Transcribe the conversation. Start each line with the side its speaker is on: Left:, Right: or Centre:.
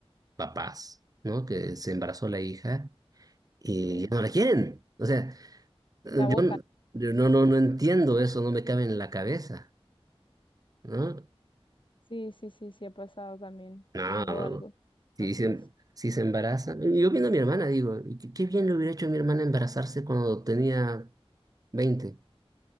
Right: papás, ¿no? Que se embarazó la hija y
Left: sí,
Right: ya no la quieren. O sea, Yo,
Left: la bota.
Right: n- yo no, no, no entiendo eso, no me cabe en la cabeza, ¿no?
Left: Sí, sí, sí, sí ha pasado también.
Right: No,
Left: Tengo
Right: no,
Left: algo
Right: no. Si
Left: conocidos.
Right: se, si se embaraza. Yo viendo a mi hermana, digo, y qué qué bien le hubiera hecho a mi hermana embarazarse cuando tenía veinte